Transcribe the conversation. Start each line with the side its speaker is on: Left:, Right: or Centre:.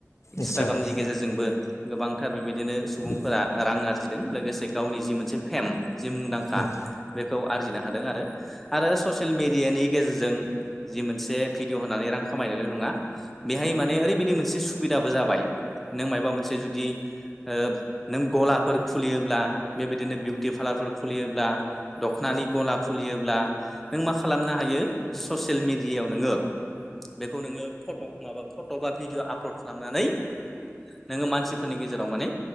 Centre: इन्सटाग्रामनि
Left: इन्सटाग्राम
Centre: गेजेरजोंबो गोबांथार बेबायदिनो सुबुंफोरा
Left: उम
Centre: रां आरजिदों लोगोसे गावनि जि मोनसे फेम जे मुंदांखा
Left: उम
Centre: बेखौ आरजिनो हादों आरो आरो ससियेल मिडियानि गेजेरजों जि मोनस से भिडिअ' होनानै रां खामायनायल' नङा। बेहाय माने ओरैबायदि मोनसे सुबिदाबो जाबाय नों मायबा मोनसे जुदि ओ नों गलाफोर खुलियोब्ला बेबायदिनो बिउटि पार्लारफोर खुलियोब्ला दख'नानि गला खुलियोब्ला नों मा खालामनो हायो ससियेल मिडियायावनो नोङो बेखौ नोङो फट' माबा फट' बा भिडिअ' आपलड खालामनानै नोङो मानसिफोरनि गेजेराव माने